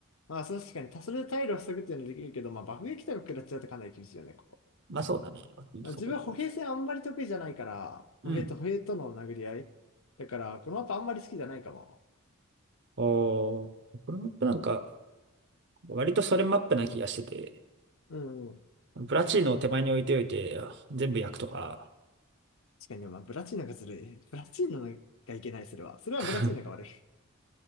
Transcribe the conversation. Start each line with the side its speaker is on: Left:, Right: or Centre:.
Left: まあ、そう確かに、たそれで退路を塞ぐっていうのはできるけど、まあ、爆撃とか食らっちゃうとかなり厳しいよね、ここ。
Right: まあそうだね。いいとこクロス。
Left: 自分は歩兵戦あんまり得意じゃないから、
Right: うん。
Left: 歩兵と歩兵との殴り合い。だから、この後あんまり好きじゃないかも。
Right: おー、このマップなんか、割とそれマップな気がしてて、
Left: うんうん。
Right: プラチーノを手前に置いておいて、全部焼くとか、
Left: 確かにね、まあ、ブラチーナがずるい。ブラチーナがいけない、それは。それはブラチーナが悪い。
Right: <laughs> プ